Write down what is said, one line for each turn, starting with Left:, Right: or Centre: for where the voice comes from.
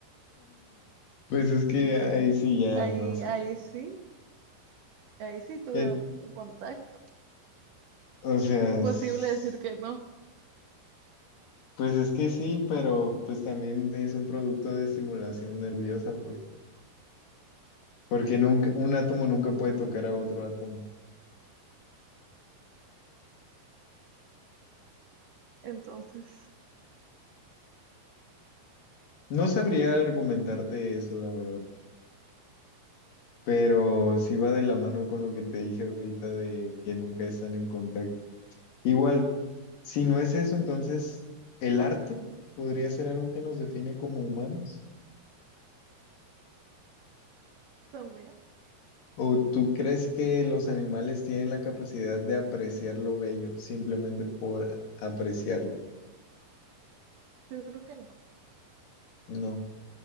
Left: pues es que ahí sí ya
Right: ahí,
Left: no sé.
Right: ahí sí, ahí sí tuvieron
Left: Eh,
Right: un contacto.
Left: o sea,
Right: Imposible
Left: s-
Right: decir que no.
Left: pues es que sí, pero pues también es un producto de estimulación nerviosa, pues. Porque nunca, un átomo nunca puede tocar a otro átomo.
Right: Entonces,
Left: No sabría argumentarte eso, la verdad. Pero sí va de la mano con lo que te dije ahorita de que nunca están en contacto. Igual, si no es eso, entonces el arte podría ser algo que nos define como humanos.
Right: también,
Left: ¿O tú crees que los animales tienen la capacidad de apreciar lo bello simplemente por apreciarlo?
Right: yo creo que no.
Left: No.